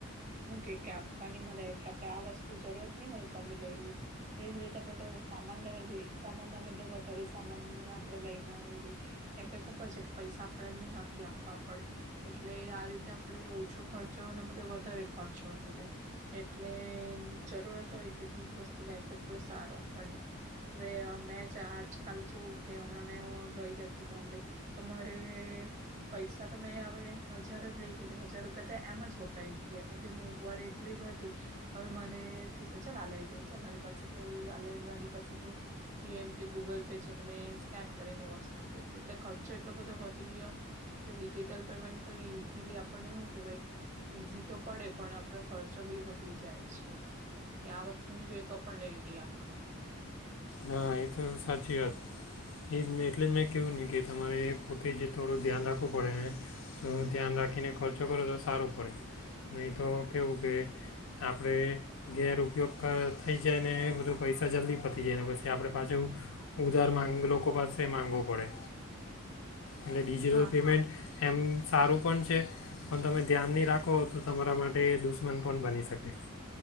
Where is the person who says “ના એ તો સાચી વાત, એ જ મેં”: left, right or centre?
Left